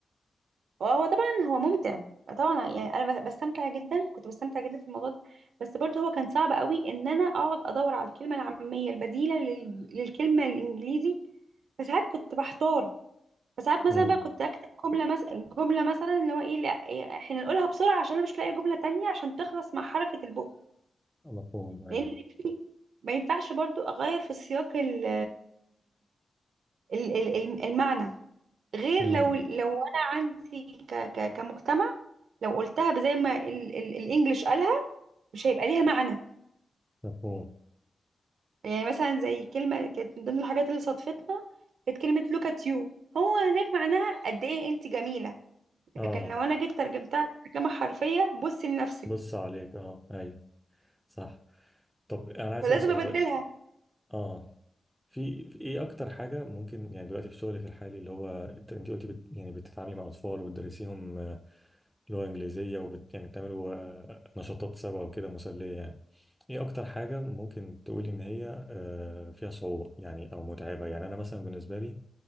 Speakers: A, on the right; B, in the centre.
A: وهو طبعا هو ممتع طبعا يعني انا بستمتع جدا كنت بستمتع جدا في الموضوع ده بس برضه هو كان صعب قوي ان انا اقعد ادور على الكلمه العاميه البديله لل... للكلمه الانجليزي فساعات كنت بحتار فساعات مثلا
B: امم
A: بقى كنت اكتب جمله مثلا جمله مثلا اللي هو ايه لا إيه، احنا نقولها بسرعه عشان انا مش لاقيه جمله تانية عشان تخلص مع حركه البق
B: مفهوم أيوه
A: لان في ما ينفعش برضو اغير في سياق ال ال- ال- ال- المعنى غير
B: امم
A: لو لو انا عندي ك ك كمجتمع لو قلتها زي ما ال- ال- الانجليش قالها مش هيبقى ليها معنى
B: مفهوم
A: يعني مثلا زي كلمه كانت من ضمن الحاجات اللي صادفتنا كانت كلمه look at you هو هناك معناها قد ايه انت جميله
B: آه
A: لكن لو انا جيت ترجمتها ترجمه حرفيه بصي لنفسك
B: بص عليك آه أيوه صح طب أنا عايز
A: ولازم
B: أسأل سؤال
A: ابدلها
B: هو اه في, في ايه اكتر حاجه ممكن يعني دلوقتي في شغلك الحالي اللي هو انت انت قلتي بت يعني بتتعاملي مع اطفال وبتدرسيهم آه، لغه انجليزيه وبت يعني بتعملوا آه، نشاطات سوا وكده مسليه يعني ايه اكتر حاجه ممكن تقولي ان هي آه، فيها صعوبه يعني او متعبه يعني انا مثلا بالنسبه لي